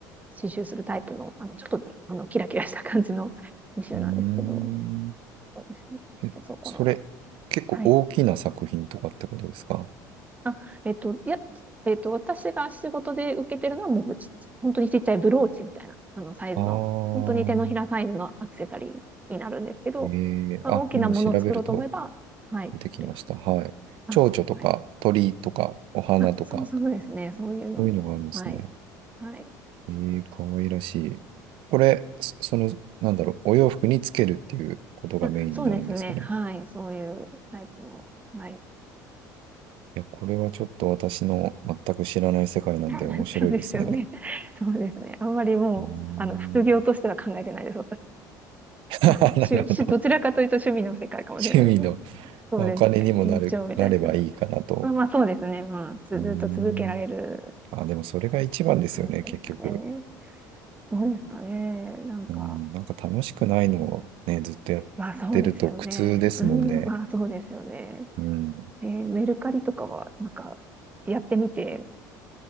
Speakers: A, on the right (about 15°); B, on the right (about 65°).
A: 刺繍するタイプの、あの、ちょっと、あの、キラキラした感じの刺繍なんですけど、
B: うーん。
A: そうですね。
B: えそれ、
A: そこの、
B: 結構大きな作品とかってことですか
A: はい。あ、えっと、いや、えっと、私が仕事で受けてるのはもうち、本当にちっちゃいブローチみたいな、あの、サイズの、
B: ああー、
A: 本当に手のひらサイズのアクセサリーになるんですけど、
B: えー、
A: まあ、
B: あ、
A: 大きなものを作ろうと思えば、
B: 今調べると
A: はい、
B: 出てきました。
A: 作れます。
B: はい。
A: あ、
B: 蝶々とか鳥とかお花とか、
A: はい。あ、そうそうですね。そういうのも、
B: そういうのがあるんですね。
A: はい。はい。
B: えー、かわいらしい。これ、そその、なんだろう、お洋服につけるっていうことがメインになるんですかね。
A: あ、そうですね。はい。そういうタイプの、はい。
B: いや、これはちょっと私の全く知らない世界なんで面白いですね。
A: <laughs> そうですよね。そうですね。あんまりもう、
B: うーん。
A: あの、副業としては考えてないです。
B: <laughs>
A: はい。
B: なるほど。
A: しゅ、し、どちらかというと趣味の世界かもしれないですね。
B: 趣味の
A: そうですね。
B: まあ、お金にもなる、
A: 延長みたいなやつ。
B: なればいいかなと。
A: まあまあそうですね。まあ、ずっと続けられる
B: うーん。あ、でもそれが一番ですよね、
A: 感じですかね。
B: 結局。
A: そうですかね。なんか、
B: うん。なんか楽しくないのをね、ずっとやってると苦痛ですもんね。
A: まあそうですよね。うん、まあそうですよね。
B: うん。
A: えーメルカリとかは、なんか、やってみて、